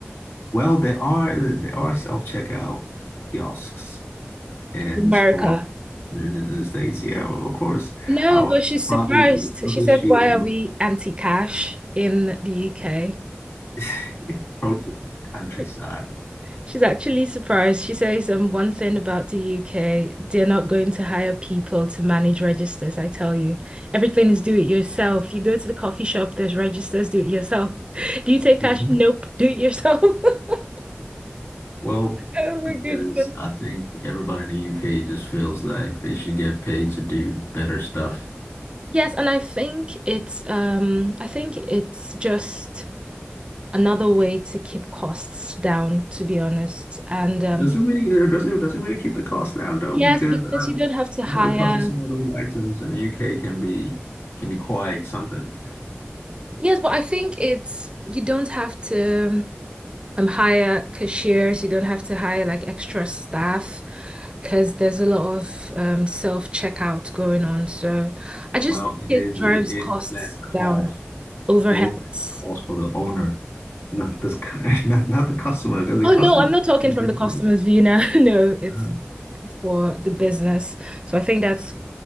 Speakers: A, on the left; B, on the right.
A: Well, there are there are self-checkout kiosks in
B: in America.
A: supermarkets in the in the States. Yeah, well, of course.
B: No,
A: I don't
B: but
A: know.
B: she's surprised.
A: Probably, probably
B: She said,
A: she
B: "Why
A: is from
B: are we
A: the
B: anti-cash in the UK?"
A: <laughs> Probably just countryside.
B: <laughs> She's actually surprised. She says, um, one thing about the UK, they're not going to hire people to manage registers, I tell you. Everything is do it yourself. You go to the coffee shop, there's registers, do it yourself. <laughs> Do you take
A: Mhm.
B: cash? Nope, do it yourself. <laughs>
A: Well,
B: Oh my
A: because
B: goodness.
A: I think everybody in the UK just feels like they should get paid to do better stuff.
B: Yes, and I think it's um I think it's just another way to keep costs down, to be honest. And um
A: Does it really, does it, does it really keep the cost down though?
B: yes,
A: Because
B: because
A: um,
B: you don't have to hire
A: I know the cost of some of those items in the UK can be can be quite something.
B: Yes, but I think it's you don't have to um hire cashiers, you don't have to hire like extra staff because there's a lot of um self-checkout going on. So I just
A: Well,
B: think
A: it
B: it
A: is
B: drives
A: it, it
B: costs
A: is less
B: down,
A: cost.
B: overheads.
A: It is less cost for the owner, not this kind, <laughs> not, not the customer, because the
B: Oh
A: customer
B: no, I'm
A: is
B: not talking
A: the
B: from
A: big
B: the customer's
A: price.
B: view now. <laughs> No, it's
A: Uh-huh.
B: for the business. So I think that's